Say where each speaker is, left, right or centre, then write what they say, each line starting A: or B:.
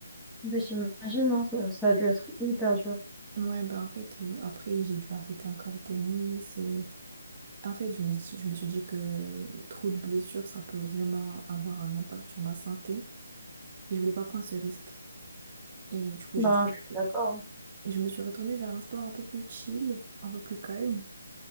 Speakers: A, in the centre; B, on the right.
A: Bah, j'imagine, hein, ça, ça a dû être hyper dur.
B: Ouais, bah en fait, euh, après, j'ai dû arrêter encore le tennis. euh. En fait, je me, suis- je me suis dit que trop de blessures, ça peut vraiment avoir un impact sur ma santé. Et je voulais pas prendre ce risque. Et du coup,
A: ben
B: j'ai dû
A: je
B: arrêter.
A: suis d'accord. hein.
B: Et je me suis retournée vers un sport un peu plus chill, un peu plus calme.